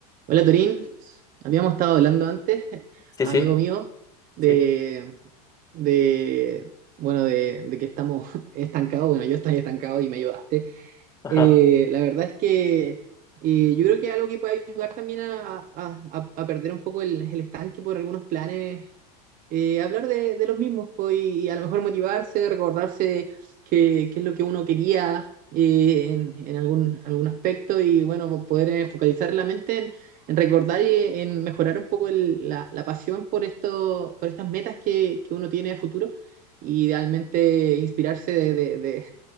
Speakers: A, on the right; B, on the left.
A: Hola Torín, habíamos estado hablando antes, <laughs>
B: Sí,
A: amigo
B: sí,
A: mío, de,
B: sí,
A: de bueno, de, de que estamos <laughs> estancados, bueno, yo estoy estancado y me ayudaste.
B: ajá,
A: Eh, la verdad es que eh, yo creo que es algo que puede ayudar también a, a- a- a perder un poco el, el estanque por algunos planes eh, hablar de, de los mismos pues y a lo mejor motivarse, recordarse qué qué es lo que uno quería eh, en, en algún, algún aspecto y bueno, poder eh, focalizar la mente en, en recordar y eh, en mejorar un poco el- la, la pasión por esto, por estas metas que, que uno tiene a futuro. Y idealmente inspirarse de, de- de-